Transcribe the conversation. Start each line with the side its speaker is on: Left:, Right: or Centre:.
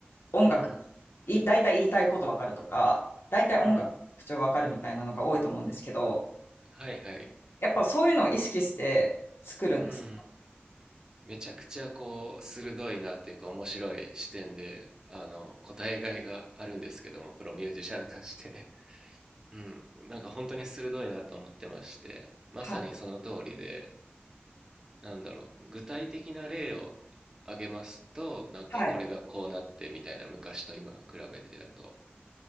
Left: 音楽、
Right: うん
Left: い、大体言いたいことわかるとか、大体音楽の特徴わかるみたいなのが多いと思うんですけど、
Right: うんはいはい
Left: やっぱそういうのを意識して作るんですか
Right: うんめちゃくちゃこう鋭いなっていうか面白い視点であの答えがいがあるんですけどもプロミュージシャンとしてうん、なんか本当に鋭いなと思ってまして、まさにその通りで、
Left: はい。
Right: なんだろう、具体的な例を挙げますと、なんかこれがこうなってみたいな昔と今比べてだと。
Left: はい。い